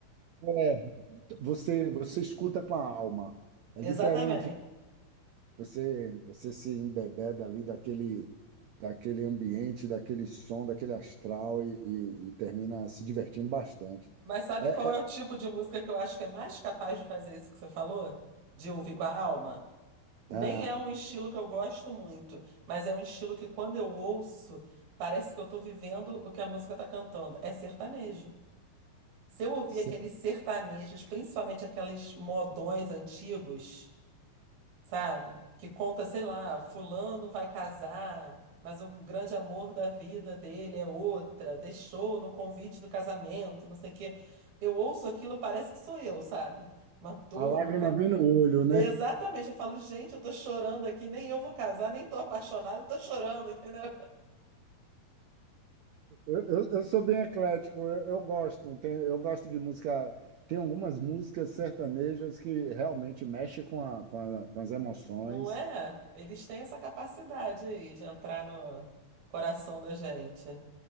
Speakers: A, on the right; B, on the right.
A: É, é, você, você escuta com a alma. É
B: <laughs> Exatamente.
A: diferente. Você, você se embebeda ali daquele, daquele ambiente, daquele som, daquele astral e, e- e termina se divertindo bastante.
B: Mas sabe
A: É,
B: qual
A: é
B: é o tipo de música que eu acho que é mais capaz de fazer isso que você falou? De ouvir com a alma? Nem
A: Ah,
B: é um estilo que eu gosto muito, mas é um estilo que quando eu ouço, parece que eu tô vivendo o que a música tá cantando. É sertanejo. Se eu ouvir
A: sei.
B: aqueles sertanejos, principalmente aqueles modões antigos, sabe? Que conta, sei lá, fulano vai casar, mas o grande amor da vida dele é outra, deixou no convite do casamento, não sei o quê. Eu ouço aquilo, parece que sou eu, sabe? Uma dor
A: a lágrima
B: no
A: vem no olho, né?
B: Exatamente, eu falo, gente, eu tô chorando aqui, nem eu vou casar, nem tô apaixonada, tô chorando, <laughs> entendeu?
A: Eu, eu, eu sou bem eclético, eu, eu gosto, tem, eu gosto de música. Tem algumas músicas sertanejas que realmente mexem com a, com a- com as emoções.
B: Não é? Eles têm essa capacidade aí de entrar no coração da gente.